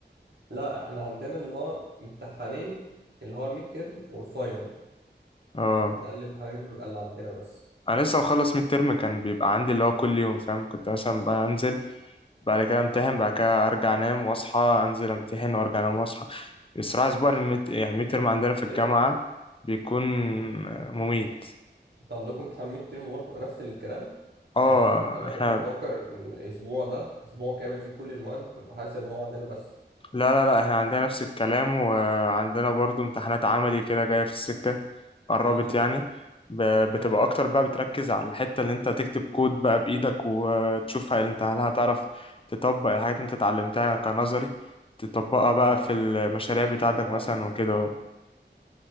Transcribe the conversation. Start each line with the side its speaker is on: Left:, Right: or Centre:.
Right: لا احنا عندنا اللي هو امتحانين اللي هو الميد تيرم والفاينل
Left: اه
Right: ده الامتحانين بيبقى اللي عندنا بس
Left: انا لسه مخلص من الترم كان بيبقى عندي اللي هو كل يوم فاهم كنت مثلا بقى انزل بعد كده امتحن بعد كده ارجع انام واصحى انزل امتحن وارجع انام واصحى بصراحة اسبوع الميت... يعني الميد ترم عندنا في الجامعة
Right: كده
Left: بيكون مميت
Right: انتوا عندكم امتحان ميد تيرم برضه بيبقى نفس الكلام
Left: اه
Right: يعني انا فعلا
Left: احنا
Right: كنت بفكر إن الاسبوع ده اسبوع كامل فيه كل المواد ببقى حاسس ان هو عندنا بس
Left: لا لا لا احنا عندنا نفس الكلام وعندنا برضو امتحانات عملي كده جاية في السكة قربت
Right: امم
Left: يعني ب- بتبقى
Right: امم
Left: اكتر بقى بتركز على الحتة اللي انت تكتب كود بقى بايدك وتشوف هل انت هل هتعرف تطبق الحاجات اللي انت اتعلمتها كنظري تطبقها بقى
Right: اه
Left: في المشاريع بتاعتك
Right: في المعامل
Left: مثلا وكده